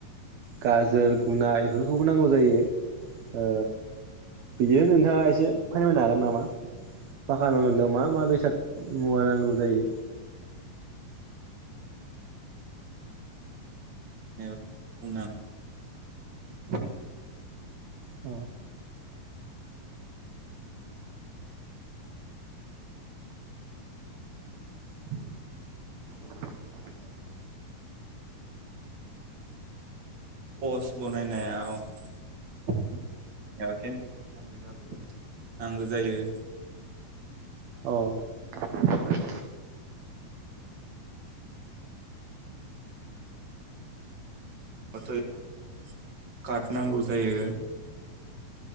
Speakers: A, on the right; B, on the right.
A: गाजोल गुना इफोरखौबो नांगौ जायो। ओ बिदिनो नोंथाङा एसे फोरमायनो हागोन नामा? पाखा न' लुनायाव मा मा बेसाद मुवा नांगौ जायो?
B: औ बुंना <inaudible>
A: अ। <inaudible>
B: पस्ट बनायनायाव एयाव केन्थिखौबो नांगो जाग्रो नांगो जायो।
A: औ <inaudible>
B: <unintelligible> काट नांगौ जायो।